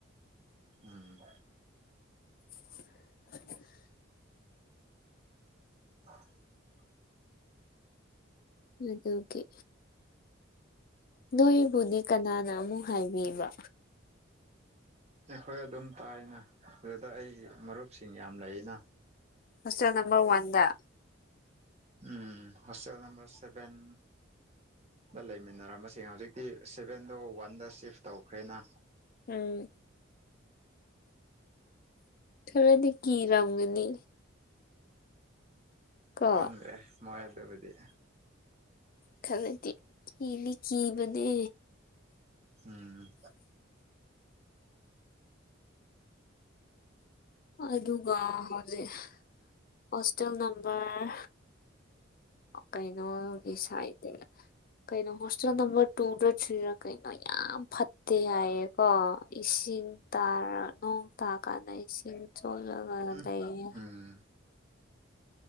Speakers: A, on the right (about 35°); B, on the left (about 45°).
A: ꯎꯝ
B: <inaudible>
A: <inaudible>
B: ꯑꯗꯨꯒꯤ ꯅꯣꯏꯕꯨꯗꯤ ꯀꯅꯥꯅ ꯑꯃꯨꯛ ꯍꯥꯏꯕꯤꯕ
A: ꯑꯩꯈꯣꯏ ꯑꯗꯨꯝ ꯇꯥꯏꯌꯦꯅꯥ ꯑꯗꯨꯗ ꯑꯩꯒꯤ ꯃꯔꯨꯞꯁꯤꯡ ꯌꯥꯝ ꯂꯩꯌꯦꯅꯥ
B: ꯍꯣꯁꯇꯦꯜ ꯅꯝꯕꯔ ꯋꯥꯟꯗ
A: ꯎꯝ ꯍꯣꯁꯇꯦꯜ ꯅꯝꯕꯔ ꯁꯚꯦꯟ ꯗ ꯂꯩꯃꯤꯟꯅꯔꯝꯕꯁꯤꯡ ꯍꯧꯖꯤꯛꯇꯤ ꯁꯚꯦꯟꯗꯣ ꯋꯥꯟꯗ ꯁꯤꯐ ꯇꯧꯈ꯭ꯔꯦꯅꯥ
B: ꯎꯝ ꯈꯔꯗꯤ ꯀꯤꯔꯝꯒꯅꯤ ꯀꯣ
A: ꯈꯗ꯭ꯔꯦ ꯃꯣꯏ ꯑꯗꯨꯕꯨꯗꯤ
B: ꯈꯕꯗꯤ ꯀꯤꯗꯤ ꯀꯤꯕꯅꯦ
A: ꯎꯝ
B: ꯑꯗꯨꯒꯥ ꯍꯧꯖꯤꯛ ꯍꯣꯁꯇꯦꯜ ꯅꯝꯕꯔ ꯑꯣ ꯀꯩꯩꯅꯣꯒꯤ ꯁꯥꯏꯠꯇꯩ ꯀꯩꯅꯣ ꯍꯣꯁꯇꯦꯜ ꯅꯝꯕꯔ ꯇꯨꯗ ꯊ꯭ꯔꯤꯔ ꯀꯩꯅꯣ ꯌꯥꯝ ꯐꯠꯇꯦ ꯍꯥꯏꯌꯦꯀꯣ ꯏꯁ ꯢꯪ ꯇꯥꯔ ꯅꯣꯡ ꯇꯥ ꯀꯥꯟꯗ ꯏꯁꯤꯡ ꯆꯣꯠꯂꯒ
A: ꯎꯝ
B: ꯂꯩꯌꯦ